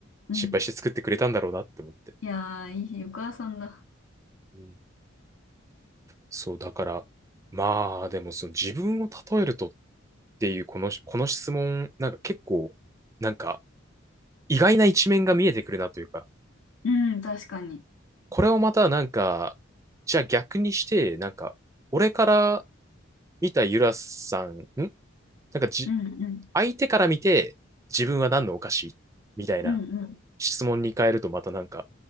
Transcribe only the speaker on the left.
うん。
いやー、いいお母さんだ。
うん、確かに。
うんうん。
うんうん。